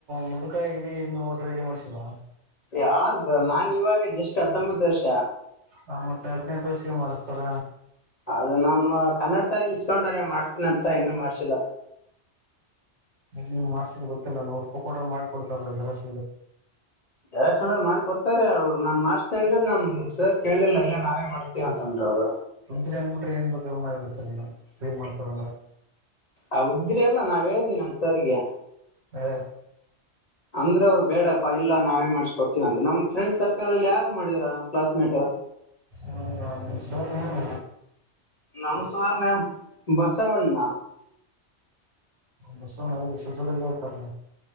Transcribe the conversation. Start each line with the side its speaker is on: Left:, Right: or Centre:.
Right: ಮುದುಕ ಆಗಿದಿ ಇನ್ನು ಓಟ್ರ ರೆಡಿ ಮಾಡ್ಸಿಲ್ಲ
Left: ಯಾರ್ು ಬರ ನಾನ್ ಇವಾಗ ಎಷ್ಟ್ ಹತ್ತೊಂಬತ್ತು ವರ್ಷ
Right: ಹ ಮತ್ತೆ ಹದ್ಿನೆಂಟು ವರ್ಷಗೆ ಮಾಡಿಸಸ್ತಾರ
Left: ಅದು ನಮ್ಮ ಕನ್ನಡ ಸಾಲಿನಲ್ಲಿ ಇಸ್ಕೊಂಡ್ರ ಮಾಡ್ಸನ ಅಂತ ಇನ್ನು ಮಾಡ್ಸಿಲ್ಲ
Right: ್ ಮಾಡಸಿದ್ ಗೊತ್ತಿಲ್ಲ ನೂರು ರೂಪಾಯಿ ಕೊಡ್ರ ಮಾಡಿ ಕೊಡ್ತಾರಲ್ಲ ಕೆಲಸ
Left: ಎಲ್ಲ ಕ್ಣರು ಮಾಡಿ ಕೊಡ್ತಾರಾರೆ ಅವರು ನಾನ್ ಮಾಡ್ಸ್ತೇ ಅಂದ್ರೆ ನ್ ಸರ್ ಕೇಳಲಿಲ್ಲ ಇಲ್ಲ ನಾವೇ ಮಾಡ್ತೀವ ಅಂತಂದ್ರೆ ಅವ್ರು
Right: ಉದ್ರಿ ಅನ್ಬಿಟ್ರ ಏನ್ ಬೇಕ್ರ ಮಾಡಬ ಬಿಡ್ತಾರೆ ಏನೋ ತೊಗೊಂಡರ
Left: ಆ ಉದ್ರಿ ಅಲ್ಲ ನಾವ್ ಹೇಳ್ದಿವಿ ನಮ್ ಸಾರಿಗೆ
Right: ಹ
Left: ಅಂದ್ರೆ ಅವ್ರು ಬೇಡಪ್ಪಾ ಇಲ್ಲ ನಾವೇ ಮಾಡಸ್ಕ ಕೊಡ್ತೀವಿ ಅಂದ್ರ ನಮ್ ಫ್ರೆಂಡ್ ಸರ್ಕಲ್ ಅಲ್ಲಿ ಯಾರು ಮಾಡಿದರಾ ನಮ್ಲಸ್ ಮೇಟ್
Right: ಹೌರ್ನಲ್ಲ
Left: ನಮ sir name Basavanna
Right: Basavanna sociology ಹೇಳ್ತಾರಲ